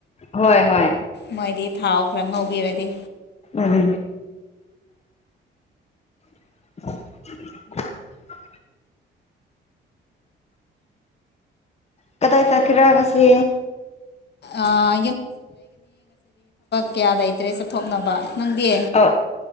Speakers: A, on the left (about 35°); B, on the left (about 60°).
A: ꯍꯣꯏ ꯍꯣꯏ
B: ꯃꯣꯏꯗꯤ ꯊꯥꯎ ꯈꯔ ꯉꯧꯕꯤꯔꯗꯤ
A: ꯎꯝ <inaudible> ꯀꯗꯥꯏ ꯆꯠꯀꯔꯑꯦ ꯉꯥꯁꯤ
B: ꯑꯥ ꯀꯌꯥ ꯂꯩ ꯅꯪꯗꯤ
A: ꯑꯣ